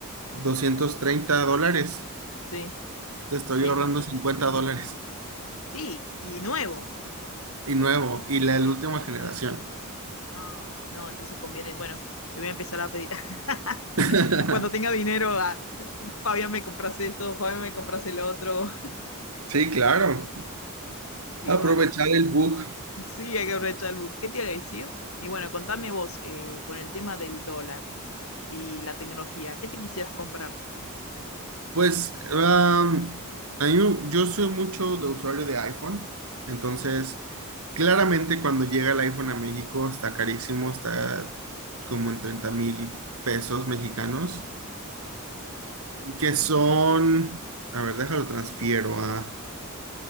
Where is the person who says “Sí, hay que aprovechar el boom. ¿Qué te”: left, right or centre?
Left